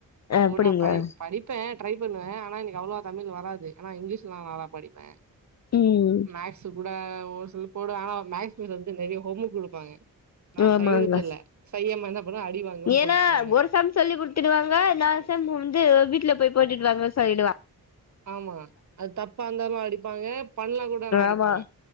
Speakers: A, on the right (about 50°); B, on the left (about 45°).
A: அப்போ
B: அப்டிங்களா
A: நா ப படிப்ப ட்ரை பண்ணுவ ஆனா எனக்கு அவ்வளவா தமிழ் வராது து ஆனா இங்கிலீஷ்ல்லா நல்லா படிப்ப
B: ம்
A: மேக்ஸ் கூட ஒரு சில போடுவ ஆனா மேக்ஸ் இதுல வந்து நெறய ஹோம் ஒர்க் குடுப்பாங்க நா
B: ஆமாங்க
A: செய்றதில்ல செய்யாம என்னபண்ணு அடிவாங்காம
B: ஏன்னா
A: போயிட்டு நானு
B: ஒரு சம் சொல்லி் குடுத்துடுவாங்க நாலு சம் வந்து வீட்ல போய் போட்டுட்டுவாங்க சொல்லிடுவா
A: ஆமா அது தப்பா இந்தாலு அடிப்பாங்க பண்லா கூடனா அடிப்பாங்க
B: ஆமா